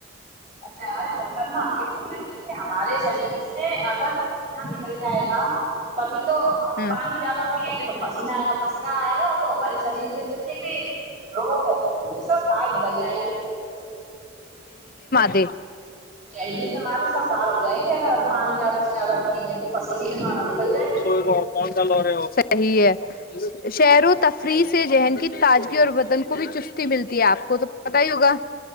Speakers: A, on the right (about 35°); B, on the left (about 45°).
A: اچھا ارے نوترا ہم یہ بول رہے تھے کہ ہمارے شریر سے اگر نہ نکل جائے <unintelligible> ابھی تو
B: ہاں
A: پانی زیادہ پیئیں گے تو پسینہ آئے گا پسیینہ آئے گا تو ہمارے شریر میں جتنے بھی روگ ہے وہ سب باہر نکل جائیں گے
B: د <inaudible>
A: شہریل نے مارے سب باہ ہو جائیں گے اگر ہم پانی زیادہ سے زیادہ پئیں گے تو پسینے کے دوارا نکل جائیں گے
B: ا صحیح ہے شہر و تفریح سے ذہن کی تازگی اور وطن کو بھی چستی ملتی ہے آپ کو تو پت ہی ہوگا